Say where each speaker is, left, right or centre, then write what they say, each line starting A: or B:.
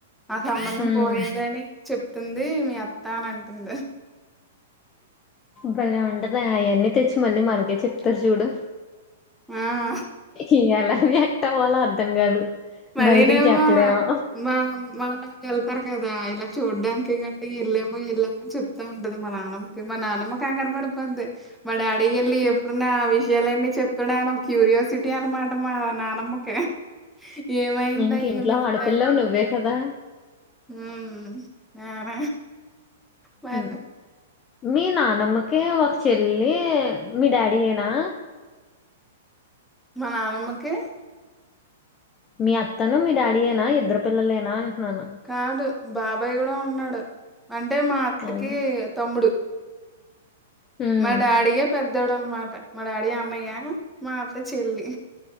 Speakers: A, in the centre; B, on the left.
A: ఆ సంబంధం
B: ఉమ్.
A: పోయింది అని చెప్తుంది మీ అత్తా అని అంటంది
B: భలే ఉంటదె అవన్నీ తెచ్చి మళ్ళీ మనకే చెప్తారు చూడు
A: ఆ
B: ఇ ఎలా రియాక్ట్ అవ్వాలో అర్థం కాదు
A: మళ్ళీనేమో
B: బయటికి చెప్పలేము
A: మా మా వెళ్తారు కదా ఇలా చూడ్డానికి గట్టి వెళ్ళామో వెళ్ళామని చెప్తా ఉంటది మా నాన్న మా నాన్నమ్మ కంగారు పడిపోద్ది మ డా రియల్లీ
B: ఉమ్,
A: ఎప్పుడు నా ఆ విషయాలన్నీ చెప్పడాను ఒక క్యూరియాసిటీ అనమాట మా నానమ్మకే ఏమైందా
B: ఇంక ఇంట్లో
A: ఏమైందాని
B: ఆడపిల్లవు నువ్వే కదా
A: హ్మ్ నాన్న మర్
B: ఉమ్. మీ నానమ్మకే ఒక చెల్లి మీ డాడీయేనా
A: మా నానమ్మకి
B: మీ అత్తను మీ డాడీయనా ఇద్దరు పిల్లలేనా అంట్నాను
A: కాదు బాబాయ్ కూడా ఉన్నాడు అంటే మా అత్తకి
B: అవును.
A: తమ్ముడు
B: ఉమ్.
A: మా డాడీయే పెద్దోడు అనమాట మా డాడీ అన్నయ్య మా అత్త చెల్లి